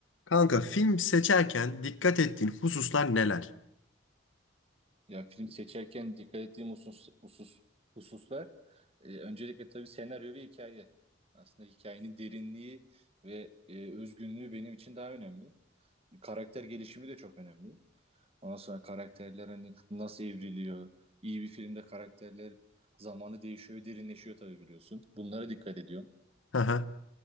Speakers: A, on the left (about 75°); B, on the right (about 30°).
A: Kanka film seçerken dikkat ettiğin hususlar neler?
B: Ya film seçerken dikkat ettiğim husus, husus, hususlar e, öncelikle tabii senaryo ve hikaye. Aslında hikayenin derinliği ve e, özgünlüğü benim için daha önemli. Karakter gelişimi de çok önemli. Ondan sonra karakterler hani nasıl evriliyor? İyi bir filmde karakterler zamanı değişiyor, derinleşiyor tabii biliyorsun. Bunlara dikkat ediyorum.
A: Haha.